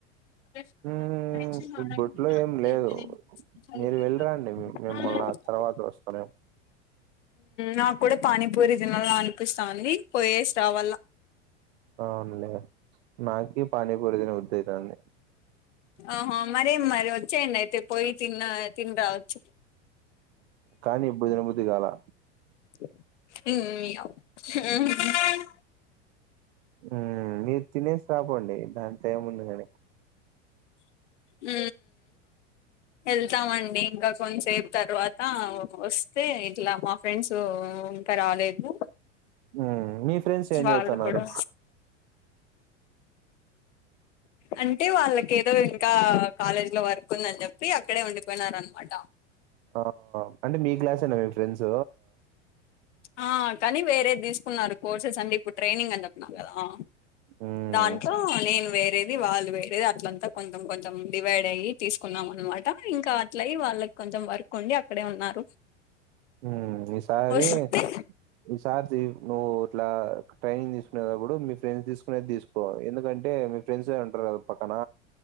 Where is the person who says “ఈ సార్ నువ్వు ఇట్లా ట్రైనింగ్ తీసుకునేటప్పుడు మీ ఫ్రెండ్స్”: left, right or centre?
Right